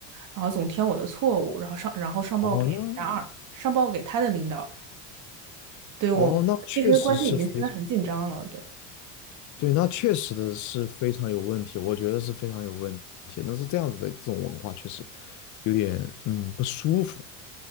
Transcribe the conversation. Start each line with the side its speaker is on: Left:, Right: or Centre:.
Right: 然后总挑我的错误，然后上然后上报给加二，
Left: 哦那
Right: 上报给他的领导，对我其实关系已经现在很紧张了，
Left: 哦那确实是非常。
Right: 对。
Left: 对，那确实的是非常有问题，我觉得是非常有问题。那是这样子的，这种文化确实有点嗯不舒服。